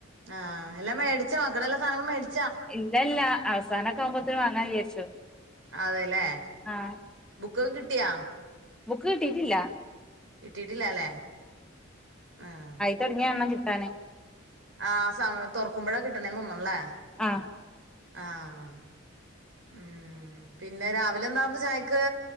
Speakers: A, on the right (about 80°); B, in the centre.
A: ആഹ് എല്ല മേടിച്ചോ മക്കടെല്ല സാനങ്ങളും മേട്
B: ഇല്ല ഇല്ല അവസാനൊക്കെ ആവുമ്പോത്ന് വാങ്ങാചാരിച്ചു
A: അതെല്ലേ
B: ആഹ്
A: ബുക്കൊക്കെ കിട്ടിയാ
B: ബുക്ക് കിട്ടിട്ടില്ല
A: കിട്ടിട്ടില്ലല്ലേ ആഹ്
B: തുടങ്ങിയ എണ്ണം കിട്ടാന്
A: ആഹ് സമ് തുറക്കുമ്പഴാ കിട്ടണേന്ന് തോന്നും ന്ന്ല്ലേ
B: ആഹ്
A: ആഹ് ഉം പിന്നെ രാവിലെന്താന്ന് ചായക്ക്